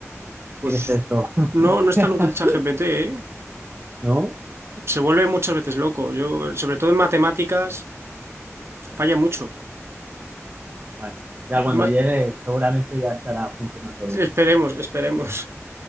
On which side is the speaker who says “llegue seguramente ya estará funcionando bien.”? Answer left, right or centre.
Right